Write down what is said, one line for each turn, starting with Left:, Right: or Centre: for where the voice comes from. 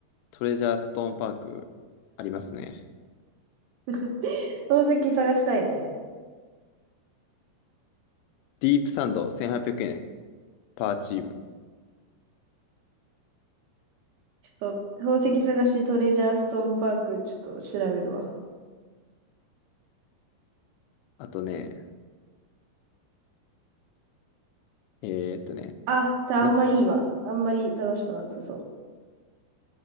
Left: トレジャーストーンパーク、ありますね。
Right: <laughs> 宝石探したいね。
Left: ディープサンド、1800円、パーチーム。
Right: ちょっと、宝石探しトレジャーストーンパーク、ちょっと調べるわ。
Left: あとね、えーっとね、
Right: あ、たあんまいいわ。
Left: な、
Right: あんまり楽しくなさそ